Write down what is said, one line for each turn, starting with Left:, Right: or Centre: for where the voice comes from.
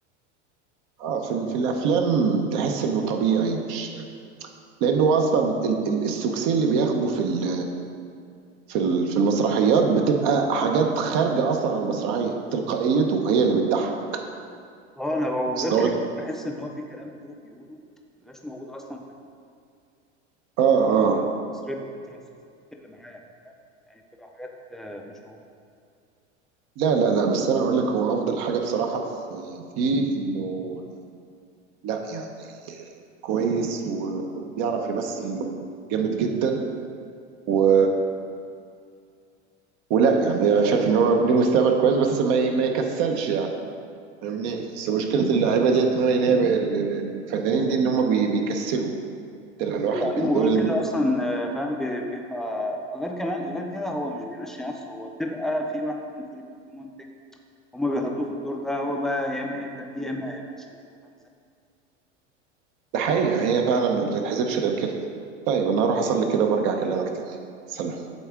Right: اه في ال- في الافلام تحس انه طبيعي مش لانه اصلا ال- ال- السكسي اللي بياخده في ال في ال- في المسرحيات بتبقى حاجات خارجه اصلا عن المسرحيه تلقائيته هي اللي بتضحك
Centre: اه انا ب- وغير
Right: أصل
Centre: كده
Right: أنا-
Centre: بحس ان هو في كلام كده بيقوله مبيبقاش موجود اصلا في
Right: اه اه
Centre: تسريب الترانسكريبت اللي معاه فاهم يعني بتبقى حاجات آه، مش موجوده
Right: لا لا لا بس انا اقول لك هو افضل حاجه بصراحه في فيه انه لا يعني كويس و- وبيعرف يمثل جامد جدا و ولا يعني انا شايف ان هو ليه مستقبل كويس بس ما ي- ما يكسلش يعني فاهمني بس مشكله اللعيبه ديت ان هو إن هي ب- ال- ال- الفنانين دي ان هم بي- بيكسلوا تلقى الواحد
Centre: أيوة يا
Right: من
Centre: عم، وغير
Right: دول
Centre: كده اصلا آه، فاهم بي- بيبقى غير كمان غير كده هو مش بيمشي نفسه هو بتبقى في واحد مخرج وفي منتج هما بيحطوه في الدور ده هو بقى يا اما يقبل بيه يا اما ما يقبلش بيه انت فاهم ازاي؟
Right: ده حقيقة هي فعلا ما بتتحسبش غير كده طيب أنا هروح أصلي كده وبرجع أكلمك تاني سلام